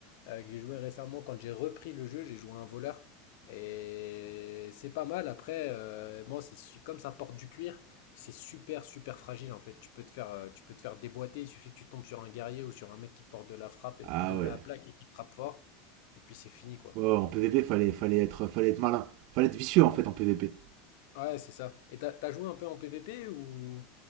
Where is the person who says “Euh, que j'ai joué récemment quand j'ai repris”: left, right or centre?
Left